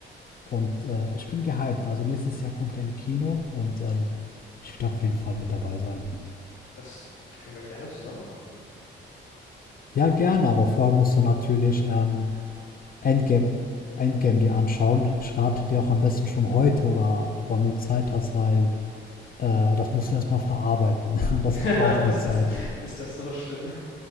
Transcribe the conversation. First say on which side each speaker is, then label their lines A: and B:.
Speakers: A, on the left; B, on the left.
A: Und äh, ich bin gehypt. Also nächstes Jahr kommt er im Kino und ähm, ich werde auf jeden Fall mit dabei sein.
B: das können wir gerne zusammen machen.
A: Ja, gerne, aber vorher musst du natürlich ähm, Endgame, Endgame dir anschauen. Ich rate dir auch am besten schon heute oder wann du Zeit hast, weil äh, das musst du erstmal verarbeiten. <laughs> Und
B: <laughs>
A: das braucht
B: Ist
A: eine Zeit.
B: das, ist das so schlimm?